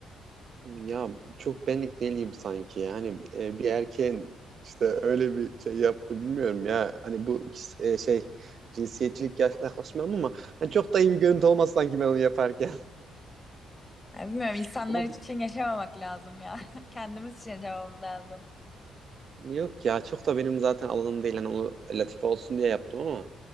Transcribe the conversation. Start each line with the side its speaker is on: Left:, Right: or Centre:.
Right: Ya çok benlik değil gibi sanki. Yani e, bir erkeğin işte öyle bir şey yaptı bilmiyorum ya. Hani bu e, şey cinsiyetçilik yaş- yaklaşmayalım ama hani çok da iyi bir görüntü olmaz sanki ben onu yaparken.
Left: Ya bilmiyorum
Right: <laughs>
Left: insanlar
Right: Ama
Left: için
Right: bi-
Left: yaşamamak lazım ya. <laughs> Kendimiz için yaşamamız lazım.
Right: yok ya çok da benim zaten alanım değil. Hani onu latife olsun diye yaptım ama